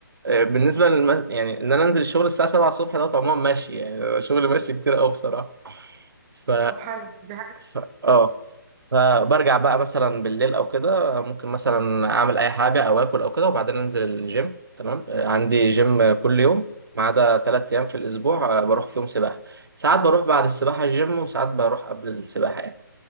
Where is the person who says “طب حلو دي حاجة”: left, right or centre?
Right